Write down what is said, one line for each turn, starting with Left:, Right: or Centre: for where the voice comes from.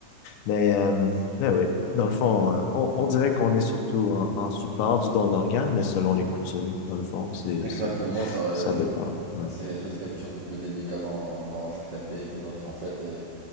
Left: Mais, euh, mais oui, dans le fond, euh, on, on dirait qu'on est surtout en, en support du don d'organes, mais selon les coutumes, dans le fond, c'est,
Right: Exactement,
Left: c'est,
Right: ça, euh,
Left: ça dépend. Ouais.
Right: c'est juste quelque chose de plus délicat dans, dans certains pays que d'autres en fait. Et,